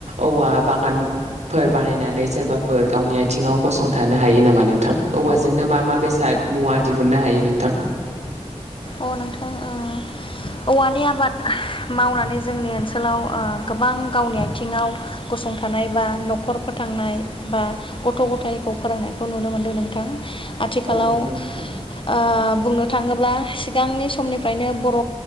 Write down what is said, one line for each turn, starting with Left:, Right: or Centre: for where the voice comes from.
Right: औवा बागानफोर बानायनानै सोरबाफोर गावनि आथिङाव गसंथानो हायो नामा नोंथां? औवाजोंनो मा मा बेसाद मुवा दिहुननो हायो नोंथां?
Left: अ नोंथाङा ओ औवानि आबाद मावनानै जोंनि ओनसोलाव ओ गोबां गावनि आथिङाव गसंथानाय बा न'खर फोथांनाय बा गथ' गथायखौ फोरोंनायखौ नुनो मोनदों नोंथां। आथिखालाव
Right: औ नंगौ
Left: ओ
Right: नोंथां
Left: बुंनो थाङोब्ला सिगांनि समनिफ्रायनो बर'